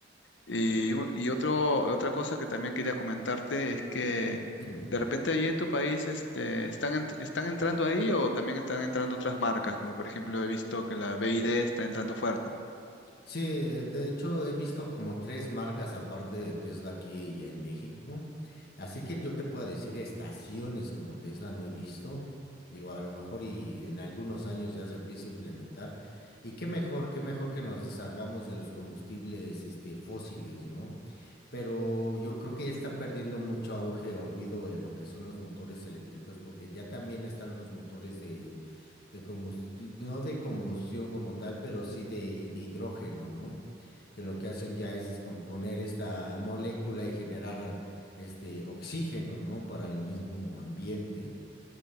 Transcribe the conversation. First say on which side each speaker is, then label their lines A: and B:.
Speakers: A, on the left (about 75°); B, on the left (about 60°).
A: Y, u- y otro, otra cosa que también quería comentarte es que
B: Dime.
A: de repente ahí en tu país este, ¿están, ent- están entrando ahí o también están entrando otras marcas? Como por ejemplo he visto que la BID está entrando fuerte.
B: Sí, eh, de hecho he visto como tres marcas aparte de Tesla aquí y ya en México. Así que yo te puedo decir estaciones como Tesla no he visto. Digo, a lo mejor y en algunos años ya se empieza a implementar. Y qué mejor, qué mejor que nos deshagamos de los combustibles, este, fósiles, ¿no? pero yo creo que ya está perdiendo mucho auge o ruido en lo que son los motores eléctricos, porque ya también están los motores de, de combustión, no de combustión como tal, pero sí de, de hidrógeno, ¿no? Que lo que hacen ya es descomponer esta molécula y generar este oxígeno, ¿no? Para el mismo ambiente.